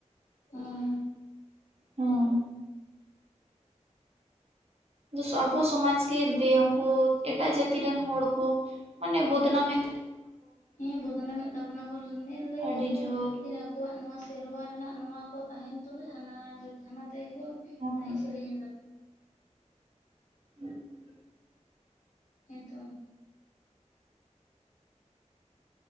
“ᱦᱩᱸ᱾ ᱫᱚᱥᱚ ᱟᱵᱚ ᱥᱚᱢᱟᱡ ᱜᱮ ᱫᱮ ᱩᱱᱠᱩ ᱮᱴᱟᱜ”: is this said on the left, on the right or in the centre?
Right